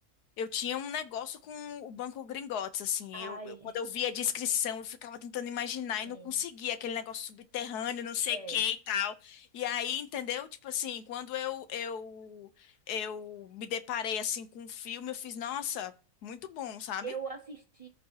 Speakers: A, on the left; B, on the right.
A: eu tinha um negócio com o Banco Gringotts, assim.
B: Ai,
A: Eu, eu- quando eu via a descrição, eu ficava tentando imaginar
B: sim.
A: e não conseguia. Aquele negócio subterrâneo, não sei
B: é.
A: o que e tal. E aí, entendeu? Tipo assim, quando eu, eu, eu me deparei, assim, com o filme, eu fiz, nossa, muito bom, sabe?
B: Eu assisti,